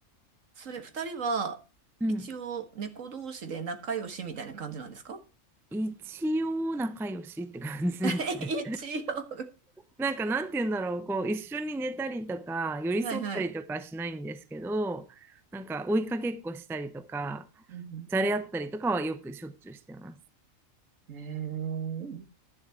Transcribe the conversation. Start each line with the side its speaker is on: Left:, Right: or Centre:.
Right: それ、二人は、
Centre: うん、
Right: 一応、猫同士で仲良しみたいな感じなんですか
Centre: 一応仲良しって感じですね。
Right: <laughs> 一応。
Centre: なんかなんて言うんだろう、こう一緒に寝たりとか寄り添ったりとかはしないんですけど、
Right: はいはい。
Centre: なんか追いかけっこしたりとか、
Right: うん。
Centre: じゃれ合ったりとかはよくしょっちゅうしてます。
Right: ええ。